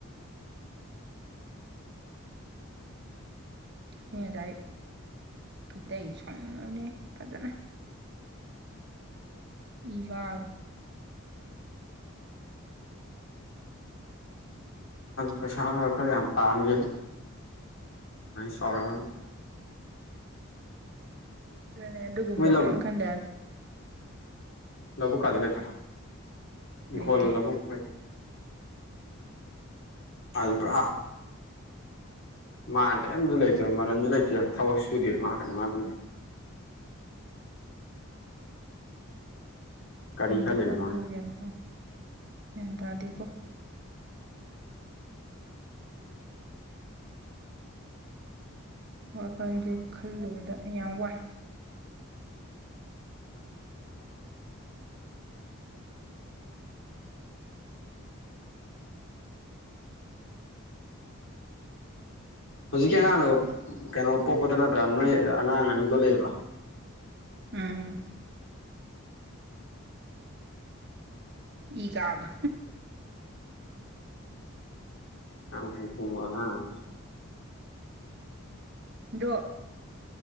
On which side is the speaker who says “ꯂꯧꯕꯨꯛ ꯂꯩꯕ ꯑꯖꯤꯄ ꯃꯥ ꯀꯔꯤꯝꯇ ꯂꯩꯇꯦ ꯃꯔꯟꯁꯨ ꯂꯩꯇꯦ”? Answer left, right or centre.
Left